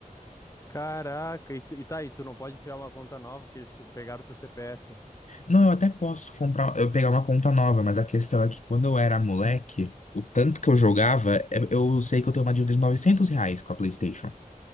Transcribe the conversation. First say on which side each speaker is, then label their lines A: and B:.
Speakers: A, on the left; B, on the left.
A: Caraca, e, tu- e tá aí, tu não pode criar uma conta nova, porque eles pegaram teu CPF.
B: Não, eu até posso comprar, eu pegar uma conta nova, mas a questão é que quando eu era moleque, o tanto que eu jogava, eu eu sei que eu tenho uma dívida de 900 reais com a PlayStation.